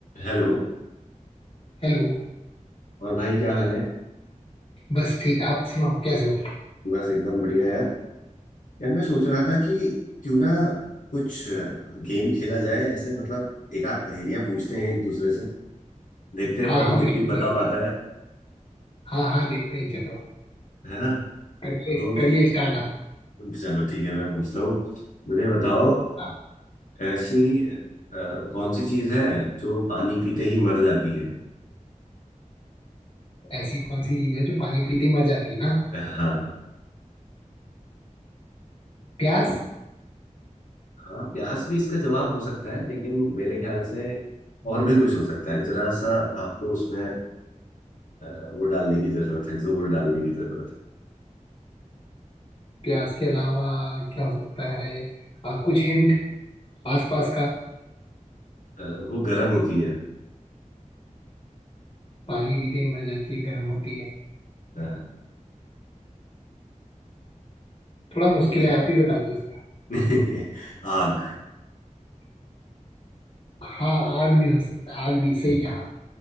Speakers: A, on the left; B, on the left.
A: Hello
B: हेलो
A: और भाई क्या हाल है
B: बस ठीक आप सुनाओ कैसे हो
A: बस एकदम बढ़िया यार यार मैं सोच रहा था कि क्यों ना कुछ गेम खेला जाए ऐसे मतलब एक आध पहेलियां पूछते हैं एक दूसरे से देखते हैं
B: हाँ
A: कौन
B: हाँ
A: कितनी
B: बिल्कुल बिल्कुल
A: बता पाता है
B: हाँ हाँ देखते ही चलो
A: है ना
B: करिए
A: तो
B: करिए स्टार्ट आप
A: चलो ठीक है मैं पूछता हूँ मुझे बताओ
B: आप-
A: ऐसी अ, कौन सी चीज है जो पानी पीते ही मर जाती है
B: ऐसी कौन सी चीज है जो पानी पीते ही मर जाती है ना
A: हाँ
B: प्यास
A: हाँ प्यास भी इसका जवाब हो सकता है लेकिन मेरे ख्याल से और भी कुछ हो सकता है जरा सा आपको उसमें अ, वो डालने की जरूरत है जोर डालने की जरूरत
B: प्यास के अलावा क्या हो सकता है आ, कुछ हिंट आसपास का
A: है अ, वो गर्म होती है
B: पानी पीते ही मर जाती है गर्म होती है
A: हाँ,
B: थोड़ा मुश्किल
A: सोचो
B: है आप ही बता दो इसका
A: <laughs> आग
B: हाँ आग भी हो सकता है आग भी सही कहा